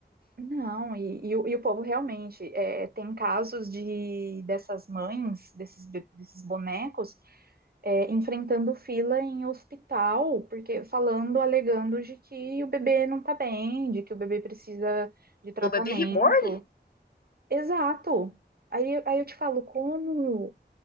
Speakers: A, on the right; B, on the left.
A: Não, e, e o, e o povo realmente é, tem casos de dessas mães, desses, be- desses bonecos, é, enfrentando fila em hospital, porque falando, alegando de que o bebê não tá bem, de que o bebê precisa de tratamento.
B: O bebê reborn?
A: Exato. Aí, eu- aí eu te falo, como,